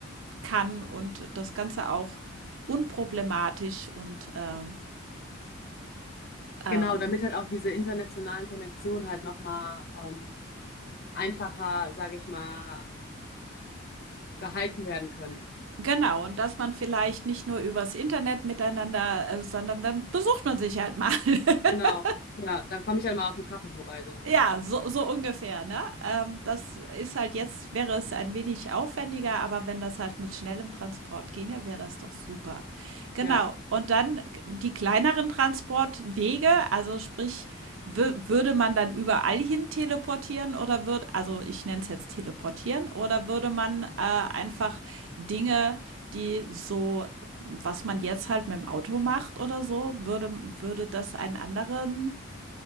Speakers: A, on the right; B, on the left.
A: kann und das Ganze auch unproblematisch und, ähm, ähm
B: Genau, damit halt auch diese internationalen Konnektionen halt nochmal ähm, einfacher, sage ich mal, gehalten werden können.
A: genau, und dass man vielleicht nicht nur übers Internet miteinander, äh sondern dann besucht man sich halt mal. <laughs>
B: Genau. Ja, dann komme ich halt mal auf einen Kaffee vorbei, so ungefähr.
A: Ja, so, so ungefähr, ne? Ähm, das ist halt jetzt, wäre es ein wenig aufwendiger, aber wenn das halt mit schnellem Transport ginge, wäre das doch super. Genau.
B: Ja.
A: Und dann g- die kleineren Transportwege, also sprich, wü- würde man dann überall hin teleportieren oder würde, also ich nenne es jetzt teleportieren, oder würde man äh, einfach Dinge, die so, was man jetzt halt mit dem Auto macht oder so, würde, würde das einen anderen